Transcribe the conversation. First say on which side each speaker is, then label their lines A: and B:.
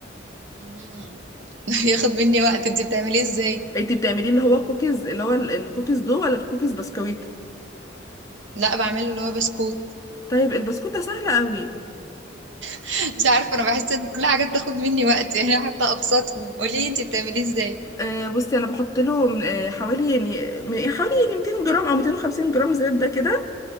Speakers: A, on the right; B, on the left.
A: مم. <laughs> ياخد مني وقت انتي بتعمليه ازاي
B: انتي بتعملي اللي هو الكوكيز اللي هو ال- الكوكيز دو ولا الكوكيز بسكويت
A: لا بعمله اللي هو بسكوت
B: طيب البسكوت ده سهل قوي
A: <laughs> مش عارفة انا بحس ان كل حاجة بتاخد مني وقت يعني حتى ابسطهم قولي لي انتي بتعمليه ازاي
B: آه بصي انا بحط له من- آه حوالي يعني من- حوالي يعني 200 جرام او 250 جرام زبده كده